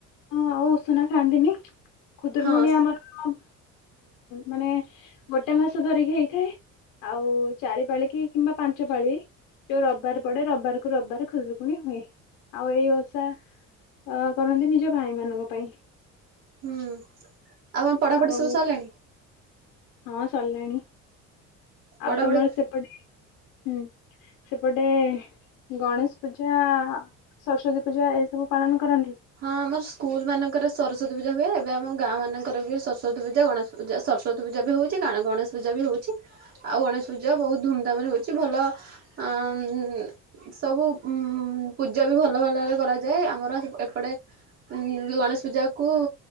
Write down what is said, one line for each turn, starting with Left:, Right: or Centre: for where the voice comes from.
Left: ଆଉ ଉଷୁନା ଖାଆନ୍ତିନି। ଖୁଦରକୁୁଣୀ
Right: ହଁ
Left: ଆମର ଉଁ ମାନେ ଗୋଟେ ମାସ ଧରିକି ହେଇଥାଏ। ଆଉ ଚାରି ପାଳି କି କିମ୍ବା ପାଞ୍ଚ ପାଳି ଯୋଉ ରବବାର ପଡେ ରବବାର କୁ ରବବାର ଖୁଦୁ ପୁଣି ହୁଏ ଆଉ ଏଇ ଓଷା ଅ କରନ୍ତି ନିଜ ଭାଇ ମାନଙ୍କ ପାଇଁ।
Right: ହୁଁ ଆଉ କଁ ପଢାପଢି
Left: ଆଉ
Right: ସବୁ ସାରିଲାଣି?
Left: ହଁ ସରିଲାଣି
Right: ପଢାପଢି
Left: ଆଉ ତମର ସେପଟେ ହୁଁ। ସେପଟେ ଗଣେଶ ପୂଜା, ସରସ୍ଵତୀ ପୂଜା ଏଇ ସବୁ ପାଳନ କରନ୍ତି।
Right: ହଁ ଆମର ସ୍କୁଲ ମାନଙ୍କରେ ସରସ୍ ସରସ୍ଵତୀ ପୂଜା ହୁଏ। ଏବେ ଆମ ଗାଁ ମାନଙ୍କରେ ବି ସରସ୍ଵତୀ ପୂଜା, ଗଣେଶ ପୂଜା ସରସ୍ୱତୀ ପୂଜା ବି ହଉଚି ଗଣେଶ ପୂଜା ବି ହଉ ଚି ଆଉ ଗଣେଶ ପୂଜା ବହୁତ ଧୁମଧାମ୍ ରେ ହଉଚି ଭଲ ଆଁ ସବୁ। ଉଁ ପୂଜା ବି ଭଲ ଭଲରେ କରାଯାଏ। ଆମର ସେଟ୍ ଏପ୍ ପଡେ ଉଁ ଗଣେଶ ପୂଜା କୁ